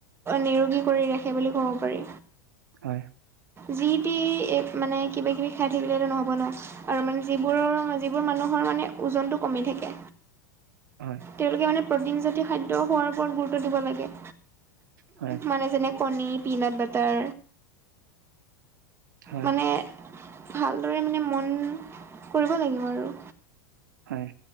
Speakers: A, on the right; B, on the right.
A: নিৰোগী কৰি ৰাখে বুলি ক'ব পাৰি।
B: হয়।
A: যিটি, এই মানে কিবা কিবি খাই থাকিলেটো নহ'ব ন। আৰু মানে যিবোৰৰ, যিবোৰ মানুহৰ মানে ওজনটো কমি থাকে
B: হয়,
A: তেওঁলোকে মানে প্ৰটিন জাতীয় খাদ্য খোৱাৰ ওপৰত গুৰুত্ব দিব লাগে।
B: হয়।
A: মানে যেনে কণী, পিনাট বাটাৰ।
B: হয়,
A: মানে, ভালদৰে মানে, মন কৰিব লাগিব আৰু।
B: হয়।